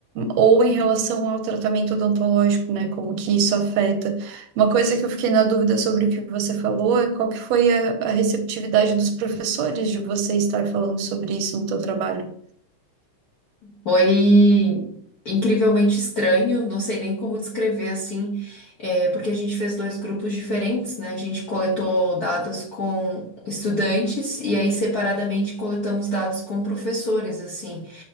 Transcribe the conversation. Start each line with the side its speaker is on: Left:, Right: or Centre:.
Right: ou em relação ao tratamento odontológico, né? Como que isso afeta. Uma coisa que eu fiquei na dúvida sobre o que você falou é qual que foi a, a receptividade dos professores de você estar falando sobre isso no teu trabalho.
Left: Foi incrivelmente estranho, não sei nem como descrever assim, é, porque a gente fez dois grupos diferentes, né? A gente coletou dados com estudantes e aí separadamente coletamos dados com professores, assim.